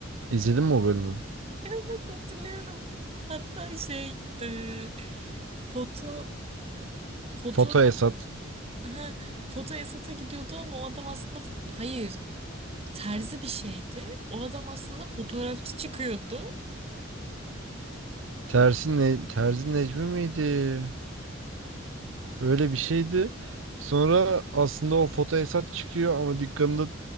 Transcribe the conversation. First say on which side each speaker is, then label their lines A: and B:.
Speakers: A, on the right; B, on the right.
A: İzledin mi o bölümü?
B: Evet, hatırlıyorum. Hatta şey e, foto foto
A: Foto Esat.
B: ha, foto Esat'a gidiyordu ama o adam aslında f- hayır terzi bir şeydi. O adam aslında fotoğrafçı çıkıyordu.
A: Tersi ne, Terzi Necmi miydi? Öyle bir şeydi. Sonra aslında o foto Esat çıkıyor ama dükkanında